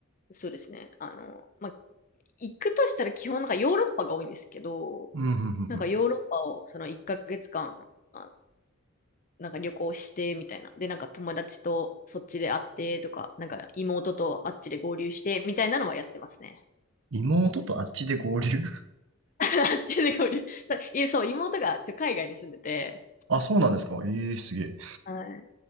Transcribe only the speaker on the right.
うん、うん、うん、うん。
妹とあっちで合流
<laughs> あ、そうなんですかええー、すげえ。